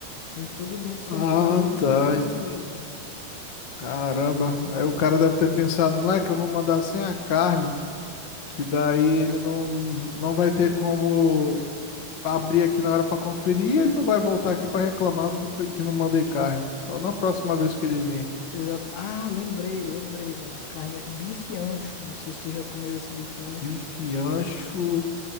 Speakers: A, on the left (about 90°); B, on the left (about 50°).
A: Vem tudo dentro
B: Ah,
A: fechado, aí não
B: tá.
A: tem como ver, pô.
B: Caramba. Aí o cara deve ter pensado, moleque, eu vou mandar sem a carne, que daí ele não, não vai ter como abrir aqui na hora pra conferir e ele não vai voltar aqui pra reclamar que não mandei carne. Só na próxima vez que ele vir.
A: Exato. Ah, lembrei, lembrei, mano. A carne é bife ancho. Não sei se tu já comeu esse bife ancho.
B: Bife ancho.